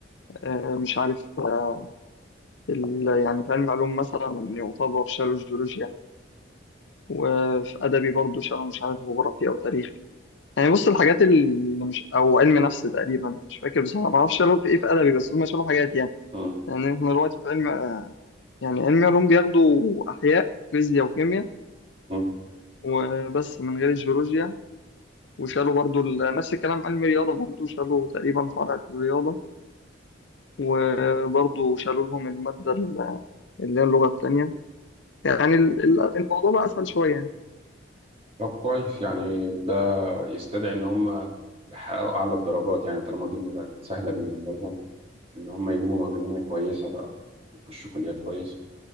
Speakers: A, on the left (about 70°); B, on the right (about 30°).
A: آه، مش عارف آه، ال- يعني في علم علوم مثلا يعتبر شالوا الجيولوجيا وفي ادبي برضو شالوا مش عارف جغرافيا او تاريخ يعني بص الحاجات اللي مش او علم نفس تقريبا مش فاكر بصراحه ما اعرفش شالوا في ايه في ادبي بس هم شالوا حاجات يعني
B: مم.
A: يعني احنا دلوقتي في علم آه، يعني علم علوم بياخدوا احياء فيزياء وكيمياء
B: مم.
A: وبس من غير الجيولوجيا وشالوا برضو ال- نفس الكلام علم الرياضة برضو شالوا تقريبا فرع في الرياضة وبرضو شالوا لهم المادة ال- اللي هي اللغة التانية يعني ال- ال- الموضوع بقى أسهل شوية يعني
B: طب كويس يعني ده يستدعي ان هم يحققوا اعلى الدرجات يعني طالما الدنيا بقت سهله بالنسبه لهم ان هم يجيبوا مجاميع كويسه بقى يخشوا كليات كويسه